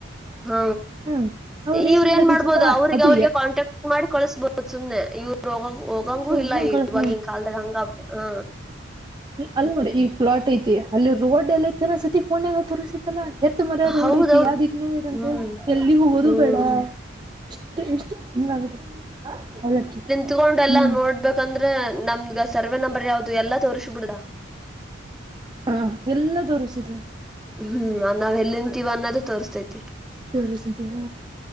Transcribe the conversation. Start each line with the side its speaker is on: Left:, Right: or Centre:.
Centre: ಹ
Right: ಹಾ ಅವ್ರ
Centre: ಇವ್ರ
Right: ಮಾಡದಿತ್ತಪ್ಪಾ
Centre: ಏನ್ ಮಾಡ್ಬೋದು ಅವ್ರಿಗೆ
Right: ಅದು
Centre: ಅವ್ರಿಗೆ ಕಾಂಟ್ಯಾಕ್ಟ್ ಮಾಡಿ ಕಳಸ್ಬಹದು ಸುಮನೆ ಇವರ. ಹೊಂಗಗ ಹೋಗಂಗೂ ಇಲ್ಲ
Right: ಹ ಕಳಸ
Centre: ಇವಾಗಿನ್ ಕಾಲ್ದಾಗ ಹಂಗ ಆಗ ಹ.
Right: ಅಲ್ ನೋಡಿ ಈ ಪ್ಲಾಟ್ ಐತಿ ಅಲ್ಲಿ ರೋಡ್ ಎಲ್ಲ ಐತಿನ ಸತಿ ಫೋನ್ ಎಲ್ಲ ತೋರಿಸತೈತಿಲಾ ಎತ್ ಮರ ರೋಡ್
Centre: ಹೌದೌದು
Right: ಐತಿ ಯಾವ್ದಹಿಂಗ್ ಐತಿ
Centre: ಹ್ಮ್
Right: ಎಲ್ಲಿ ಹೋಗೋದು
Centre: ಹ್ಮ್
Right: ಬೇಡ. ಇಷ್ಟು ಇಷ್ಟು ಹಿಂಗ ಅಗೆತ ಅವಲಕ್ಕಿ.
Centre: ತೊಗೊಂಡ ಎಲ್ಲಾ
Right: ಹ್ಮ್
Centre: ನೋಡ್ಬೇಕಂದ್ರೆ ನಮಗ ಸರ್ವೆ ನಂಬರ್ ಯಾವ್ದ ಎಲ್ಲಾ ತೋರಿಸಬಿಡದ.
Right: ಹಾ ಎಲ್ಲಾ ತೋರಿಸತೈತಿ.
Centre: ಹ್ಮ್ ನಾವ್ ಎಲ್ಲಿ ನಿಂತೀವ್ ಅನ್ನೋದು ತೋರಿಸತೈತಿ.
Right: ತೋರಿಸತೈತಾ.